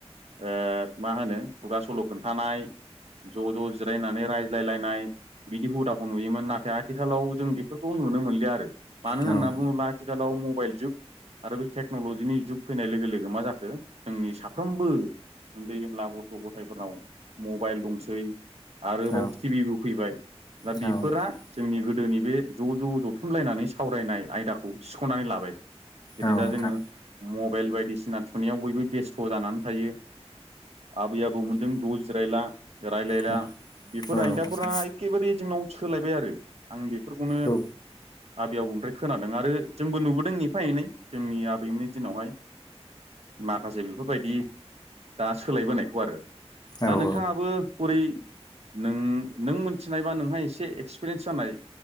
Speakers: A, on the right; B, on the left.
A: ओ मा होनो खुगा सल खोन्थानाय ज ज जिरायनानै रायज्लायलायनाय बिदि हुदाखौ नुयोमोन नाथाय आथिखालाव जों बेफोरखौ नुनो मोनलिया आरो मानो
B: औ
A: होनना
B: औ
A: बुङोब्ला आथिखालाव मबाइल जुग आरो बे टेक्नलजिनि जुग फैनाय लोगो लोगो मा जाखो जोंनि साफ्रोमबो उन्दै उनला गथ गथायफोरनाव मबाइल दंसै आरोबाव
B: औ
A: टिभिबो फैबाय दा
B: औ
A: बेफोरा
B: नोंथां
A: जोंनि गोदोनि बे ज ज जथुमलायनानै सावरायनाय आयदाखौ सिखनानै लाबाय जेरै
B: औ
A: दा
B: नोंथां
A: जोङो मबाइल बायदिसिना थुनायाव बयबो बेस्थ जानानै थायो आबै आबौमोनजों ज जिरायला रायलायला
B: औ
A: बेफोर
B: औ नोंथां औ
A: आयदाफोरा
B: नोंथां
A: एखेबारे जोंनाव सोलायबाय आरो आं बेफोरखौनो
B: औ
A: आबै आबौ ओमफ्राय खोनादों आरो जोंबो नुबोदों एफा एनै जोंनि आबैमोननि दिनावहाय। माखासे बेफोरबायदि दा सोलायबोनायखौ आरो दा
B: औ
A: नोंथाङाबो बोरै नों नों मोनथिनायबा नोंहा एसे एक्सपिरियेन्स जानाय